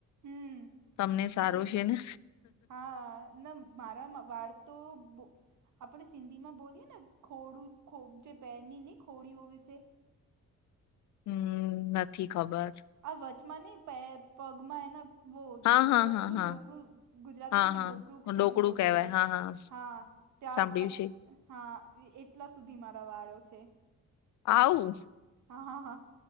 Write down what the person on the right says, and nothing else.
હમ
તો
હા ના મારામ વાળ તો બો આપડે સિંધીમાં બોલીએ ને ખોડું ખો જે પેરની નઈ ખોડી હોય છે
આ વચમાં નય પેર પગમાં એના વો
ડોકડું
ડોકડું ગુજરાતીમાં
તો
ડોકડું કુછ
આમ બોલે
છે
હાં ત્યાં
હાં એટલા સુધી મારા વાળો છે
હા હા હા